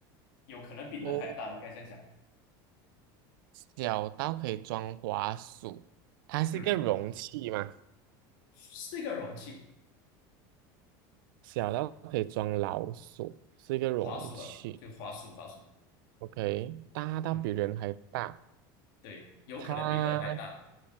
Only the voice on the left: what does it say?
有可能比人还大，
应该这样讲。
嗯，是一个容器，
滑鼠啊，就滑鼠，滑鼠。
嗯，对，有可能比人还大。